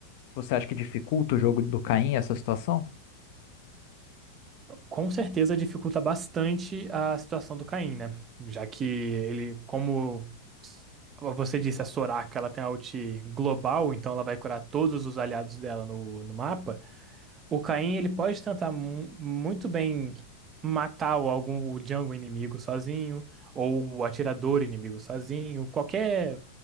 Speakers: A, on the left; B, on the right.
A: você acha que dificulta o jogo do Caim essa situação?
B: com certeza dificulta bastante a situação do Caim, né? Já que ele, como s- você disse, a Soraka, ela tem a ult global, então ela vai curar todos os aliados dela no, no mapa. O Caim, ele pode tentar mu- muito bem matar o, algum, o jungle inimigo sozinho, ou o atirador inimigo sozinho, qualquer,